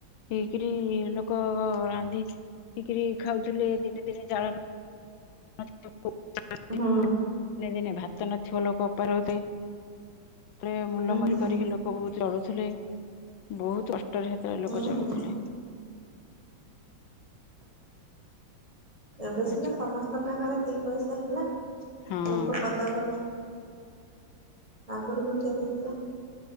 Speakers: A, on the left; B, on the right.
A: ହେଇକିରି ଲୋକ ରାନ୍ଧି ହେଇକରି ଖାଉଥିଲେ ଦିନେ ଦିନେ ଜାଳ <unintelligible>
B: ହୁଁ।
A: ଦିନେ ଦିନେ ଭାତ ନଥିବ ଲୋକ ଉପା ରହୁଥିବେ ତାପରେ ମୁଲମୁଲି
B: ହୁଁ
A: କରିକି ଲୋକ ବହୁତ ଚଳୁଥିଲେ ବହୁତ କଷ୍ଟରେ ସେତବେଳେ
B: ହୁଁ
A: ଲୋକ ଚଳୁଥିଲେ।
B: ହୁଁ ଏବେ ସିନା
A: ଆଜିକାଲି
B: ସମସ୍ତଙ୍କ ପାଖରେ ଦି ପଇସା ହେଲା।
A: ହଁ
B: ଲୋକ ପଦା କ ଆଗରୁ କରିଚ ତତୁଆ